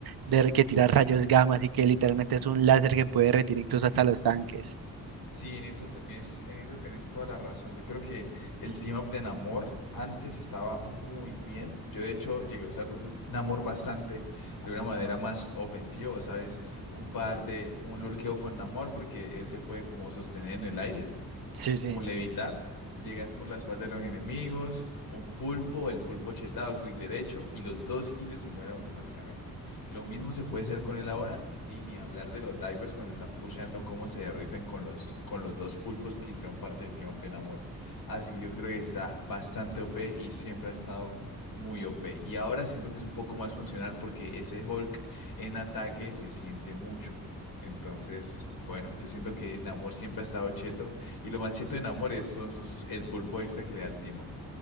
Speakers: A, on the right; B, on the left.
A: de, que tira rayos gamma y que literalmente es un láser que puede retirar incluso hasta los tanques.
B: Sí, en eso tenés, en eso tenés toda la razón. Yo creo que el team up de Namor antes estaba muy bien. Yo de hecho llegué a usar un Namor bastante de una manera más ofensiva, ¿sabes? Un par de, un lurkeo con Namor porque él se puede como sostener en el aire
A: Sí, sí,
B: como levitar, llegas por la espalda de los enemigos, un pulpo, el pulpo chetado, clic derecho, y los dos healers se mueren automáticamente. Lo mismo se puede hacer con él ahora, y ni hablar de los divers cuando están pusheando cómo se derriten con los, con los dos pulpos que hicieron parte del Team Up de Namor. Así que yo creo que está bastante OP y siempre ha estado muy OP. Y ahora siento que es un poco más funcional porque ese Hulk en ataque se siente mucho. Entonces, bueno, yo siento que Namor siempre ha estado cheto y lo más machito en amores son sus, el pulpo extra que le da el timo.